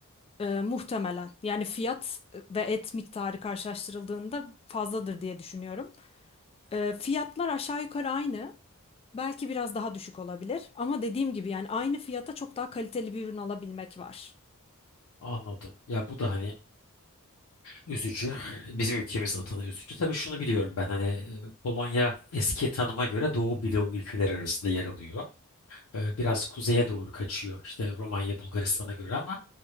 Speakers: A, on the left; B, on the left.
A: Ee, muhtemelen. Yani fiyat e, ve et miktarı karşılaştırıldığında fazladır diye düşünüyorum. Ee, fiyatlar aşağı yukarı aynı. Belki biraz daha düşük olabilir. Ama dediğim gibi yani aynı fiyata çok daha kaliteli bir ürün alabilmek var.
B: Anladım. Ya bu da hani üzücü. Bizim ülkemiz adına üzücü. Tabii şunu biliyorum ben hani e, Polonya eski tanıma göre Doğu bloğu ülkeler arasında yer alıyor. E, Biraz kuzeye doğru kaçıyor işte Romanya Bulgaristan'a göre ama